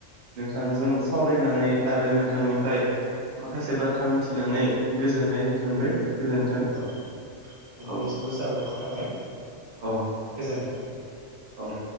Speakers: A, on the right; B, on the right.
A: नोंथांजों सावरायनानै आरो नोंथांनिफ्राय माखासे बाथ्रा मिथिनानै गोजोननाय मोनबाय गोजोन्थों
B: औ नोंथांनिसिबो
A: औ
B: साबायखर थाबाय
A: औ
B: गोजोन्थों
A: औ